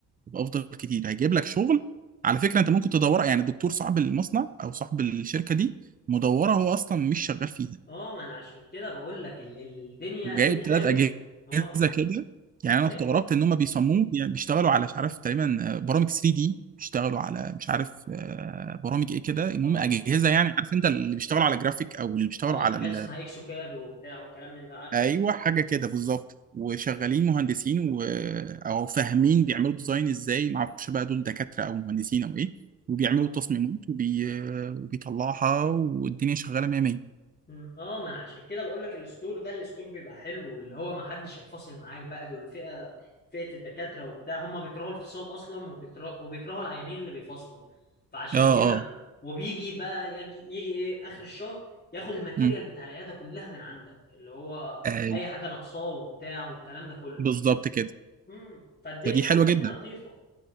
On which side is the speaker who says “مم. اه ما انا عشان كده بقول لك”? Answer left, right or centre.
Left